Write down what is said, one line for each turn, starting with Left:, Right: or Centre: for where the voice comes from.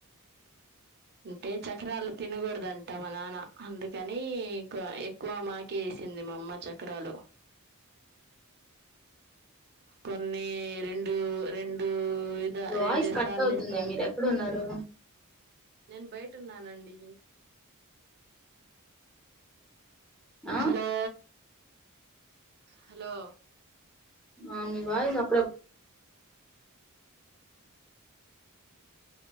Right: అంటే చక్రాలు తినకూడదంట మా నాన్న. అందుకని ఎక్కువ మాకె వేసింది. మా అమ్మ చక్రాలు కొన్ని రెండు రెండు, విధ
Centre: వాయిస్
Right: రెండు
Centre: కట్
Right: సార్లు
Centre: అవుతుంది
Right: ఇస్తారు
Centre: మీరు
Right: కదా
Centre: ఎక్కడున్నారు
Right: నేను బయట ఉన్నానండి
Centre: ఆ
Right: హలో హలో
Centre: ఆ మీ వాయిస్ అపుడపు